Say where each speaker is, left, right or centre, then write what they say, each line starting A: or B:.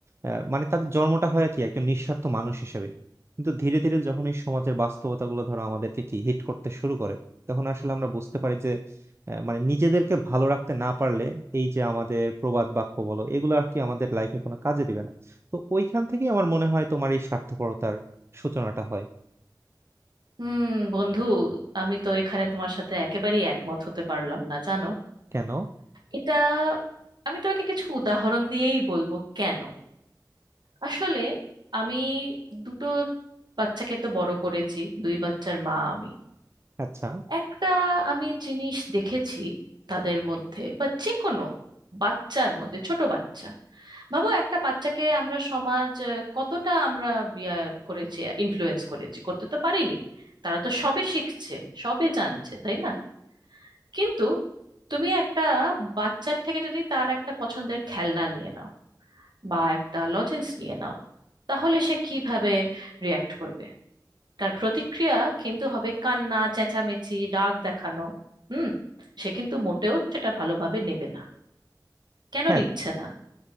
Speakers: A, on the right; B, on the right.
A: আহ, মানে তাদের জন্মটা হয় কি একজন নিঃস্বার্থ মানুষ হিসেবে কিন্তু ধীরে ধীরে যখন এই সমাজের বাস্তবতা গুলো ধরো আমাদেরকে কি হিট করতে শুরু করে তখন আসলে আমরা বুঝতে পারি যে আহ, মানে নিজেদেরকে ভালো রাখতে না পারলে এই যে আমাদের প্রবাদ বাক্য বলো এগুলো আর কি আমাদের লাইফে কোনো কাজে দিবে না তো ওইখান থেকেই আমার মনে হয় তোমার এই স্বার্থপরতার সূচনাটা হয়
B: হুম বন্ধু আমি তো এখানে তোমার সাথে একেবারেই একমত হতে পারলাম না জানো
A: কেন
B: এটা আমি তোমাকে কিছু উদাহরণ দিয়েই বলবো কেন আসলে আমি দুটো বাচ্চাকে তো বড় করেছি দুই বাচ্চার মা আমি
A: আচ্ছা
B: একটা আমি জিনিস দেখেছি তাদের মধ্যে বা যে কোনো বাচ্চার মধ্যে ছোট বাচ্চা ভাবো একটা বাচ্চাকে আমরা সমাজ আহ, কতটা আমরা ইয়া করেছি ইনফ্লুয়েন্স করেছি করতে তো পারিনি তারা তো সবে শিখছে সবে জানছে তাই না কিন্তু তুমি একটা বাচ্চার থেকে যদি তার একটা পছন্দের খেলনা নিয়ে নাও বা একটা লজেন্স নিয়ে নাও তাহলে সে কিভাবে রিয়াক্ট করবে তার প্রতিক্রিয়া কিন্তু হবে কান্না চেঁচামেচি রাগ দেখানো হুম সে কিন্তু মোটেও সেটা ভালোভাবে নেবে না কেন
A: হ্যাঁ
B: নিচ্ছে না